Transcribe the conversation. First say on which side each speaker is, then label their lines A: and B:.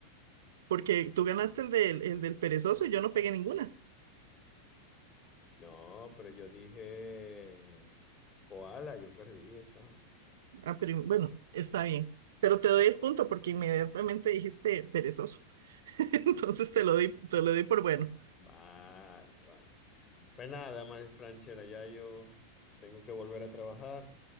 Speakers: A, on the right (about 60°); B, on the left (about 25°).
A: porque tú ganaste el del, el del perezoso y yo no pegué ninguna.
B: No, pero yo dije koala, yo perdí esa.
A: Ah, pero bueno, está bien. Pero te doy el punto porque inmediatamente dijiste perezoso. <laughs> Entonces te lo doy, te
B: Ah,
A: lo doy por bueno.
B: Vale, vale. Pues nada, María Franchera, ya yo tengo que volver a trabajar